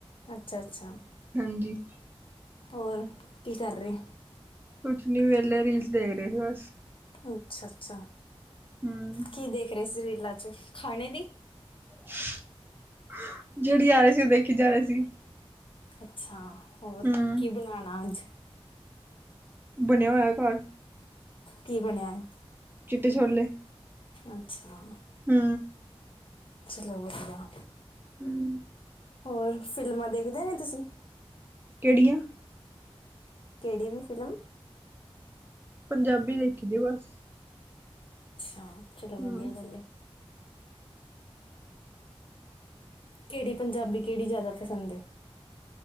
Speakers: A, on the left (about 60°); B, on the right (about 20°).
A: ਅੱਛਾ -ਅੱਛਾ
B: ਹਾਂਜੀ
A: ਹੋਰ ਕੀ ਕਰ ਰਹੇ।
B: ਕੁਛ ਨੀ ਵੇਲੇ ਰੀਲਸ ਦੇਖ ਰਹੇ ਸੀ ਬਸ
A: ਅੱਛਾ -ਅੱਛਾ
B: ਹਮ
A: ਕੀ ਦੇਖ ਰਹੇ ਸੀ ਰੀਲਾ 'ਚ ਖਾਣੇ ਦੀ
B: <inaudible> ਜਿਹੜੀ ਆ ਰਹੀ ਸੀ ਉਹ ਦੇਖੀ ਜਾ ਰਹੀ ਸੀ।
A: ਅੱਛਾ ਹੋਰ
B: ਹਮ
A: ਕੀ ਬਣਾਣਾ ਅੱਜ
B: ਬਣਿਆ ਹੋਇਆ ਘਰ
A: ਕੀ ਬਣਿਆ ਹੈ।
B: ਚਿੱਟੇ ਛੌਲੇ
A: ਅੱਛਾ
B: ਹੂੰ
A: ਚਲੋ ਵਧੀਆ
B: ਹੂੰ
A: ਹੋਰ ਫ਼ਿਲਮਾਂ ਦੇਖਦੇ ਨੇ ਤੁਸੀ
B: ਕਿਹੜੀਆਂ
A: ਕਿਹੜੀ ਵੀ ਫਿਲਮ
B: ਪੰਜਾਬੀ ਦੇਖੀ ਦੀ ਬਸ।
A: ਹਾਂ ਚਲੋ
B: ਹਮ
A: ਵਧੀਆ ਗੱਲ ਏ। ਕਿਹੜੀ ਪੰਜਾਬੀ, ਕਿਹੜੀ ਜ਼ਿਆਦਾ ਪਸੰਦ ਏ?